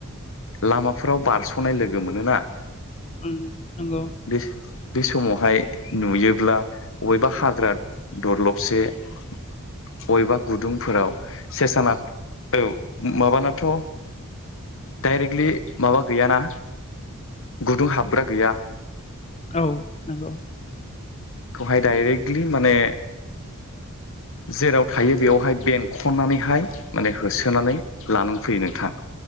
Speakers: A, on the left; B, on the left.
A: लामाफोराव बारस'नाय लोगो मोनोना
B: उम नंगौ
A: बे बे समावहाय नुयोब्ला अबेबा हाग्रा दरलबसे अबेबा गुदुंफोराव से साना औ माबानाथ' डाइरेक्टलि माबा गैयाना गुदुं हाबग्रा गैया
B: औ नंगौ
A: खौहाय डाइरेक्टलि माने जेराव थायो बेयावहाय बेंखननानैहाय माने होसोनानै लानानै फैयो नोंथां